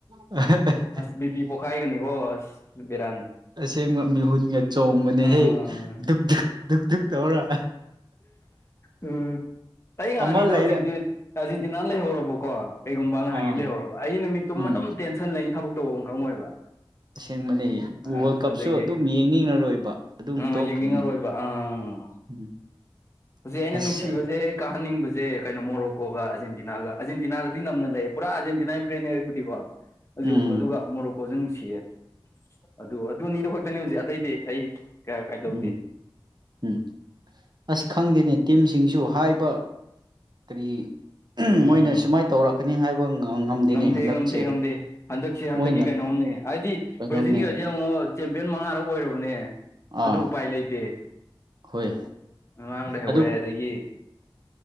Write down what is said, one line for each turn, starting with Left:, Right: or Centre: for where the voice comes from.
Right: <unintelligible>
Left: ꯑꯁ ꯕꯤ ꯄꯤ ꯄꯣꯛꯈꯥꯏꯒꯅꯤꯀꯣ ꯑꯁ ꯕꯦꯔꯥꯅꯦ
Right: ꯑꯁꯦꯡꯕ ꯃꯤꯍꯨꯟꯒ ꯆꯣꯡꯕꯅꯦꯍꯦ
Left: ꯑꯥ
Right: ꯙꯛ ꯙꯛ ꯙꯛ ꯙꯛ ꯇꯧꯔ
Left: ꯎꯝ ꯑꯩ ꯉꯍꯥꯟꯒꯤꯗꯣ
Right: ꯑꯃ ꯂꯩꯔꯦ
Left: ꯑ ꯑꯥꯔꯖꯦꯟꯇꯤꯅꯥꯅ ꯂꯩꯍꯧꯔꯕꯣꯀꯣ ꯀꯩꯒꯨꯝꯕ ꯑꯍꯥꯟꯒꯤ
Right: ꯑꯥ
Left: ꯂꯩꯍꯧꯔꯕ ꯑꯩ ꯅꯨꯃꯤꯠꯇꯨ
Right: ꯎꯝ
Left: ꯑꯗꯨꯝ ꯇꯦꯟꯁꯟ ꯂꯩꯅꯤ ꯊꯕꯛ ꯇꯧꯕ ꯑꯃ ꯈꯪꯉꯣꯏꯕ
Right: ꯑꯁꯦꯡꯕꯅꯤ
Left: ꯑꯥ
Right: ꯋꯥꯔꯜ ꯀꯞꯁꯨ
Left: ꯑꯗꯒꯤ
Right: ꯑꯗꯨꯝ ꯌꯦꯡꯅꯤꯡꯉꯔꯣꯏꯕ ꯑꯗꯨꯝ
Left: ꯑꯥ
Right: ꯇꯣꯛꯈ꯭ꯔꯅꯤ
Left: ꯌꯦꯡꯅꯤꯡꯉꯔꯣꯏꯕ ꯑꯥ
Right: ꯎꯝ
Left: ꯍꯧꯖꯤꯛ ꯑꯩꯅ
Right: ꯑꯁ
Left: ꯅꯨꯡꯁꯤꯕꯁꯦ ꯀꯥꯍꯟꯅꯤꯡꯕꯁꯦ ꯀꯩꯅꯣ ꯃꯣꯔꯣꯀꯣꯒ ꯑꯔꯖꯦꯟꯇꯤꯅꯥꯒ ꯑꯔꯖꯦꯟꯇꯤꯅꯥꯗꯗꯤ ꯅꯝꯅ ꯂꯩꯌꯦ ꯄꯨꯔꯥ ꯑꯥꯔꯖꯦꯟꯇꯤꯅꯥ ꯐ꯭ꯔꯦꯟꯅꯦ ꯑꯩꯕꯨꯗꯤꯀꯣ ꯑꯗꯨ
Right: ꯎꯝ
Left: ꯑꯗꯨꯒ ꯃꯣꯔꯣꯛꯀꯣꯖ ꯅꯨꯡꯁꯤꯌꯦ ꯑꯗꯨ ꯑꯗꯨ ꯑꯅꯤꯗꯣ ꯈꯛꯇꯅꯤ ꯍꯧꯖꯤꯛ ꯑꯇꯩꯗꯤ ꯑꯩ ꯀꯌꯥ ꯀꯥꯏ ꯇꯧꯗꯦ
Right: ꯎꯝ ꯎꯝ ꯑꯁ ꯈꯪꯗꯦꯅꯦ ꯇꯤꯝꯁꯤꯡꯁꯨ ꯍꯥꯏꯕ ꯀꯔꯤ
Left: ꯎꯝ
Right: ꯃꯣꯏꯅ ꯁꯨꯃꯥꯏꯅ ꯇꯧꯔꯛꯀꯅꯤ ꯍꯥꯏꯕ <unintelligible>
Left: ꯉꯝꯗꯦ
Right: ꯍꯟꯗꯛꯁꯦ
Left: ꯉꯝꯗꯦ ꯉꯝꯗꯦ ꯍꯟꯗꯛꯁꯦ ꯍꯟꯗꯛꯀꯤ
Right: ꯃꯣꯏꯅ
Left: ꯀꯩꯅꯣꯝꯅꯦ ꯍꯥꯏꯗꯤ
Right: ꯀꯩꯅꯣꯝꯅꯦ
Left: ꯕ꯭ꯔꯥꯖꯤꯟꯒꯥꯁꯦ ꯑꯃꯨꯛ ꯆꯦꯝꯄꯤꯌꯟ ꯃꯉꯥꯔꯛ ꯑꯣꯏꯔꯕꯅꯦ
Right: ꯑꯥ
Left: ꯑꯗꯨ ꯎꯄꯥꯏ ꯂꯩꯇꯦ
Right: ꯍꯣꯏ
Left: ꯑꯉꯥꯡꯗ ꯍꯧꯔꯦ
Right: ꯑꯗꯨ
Left: ꯑꯗꯒꯤ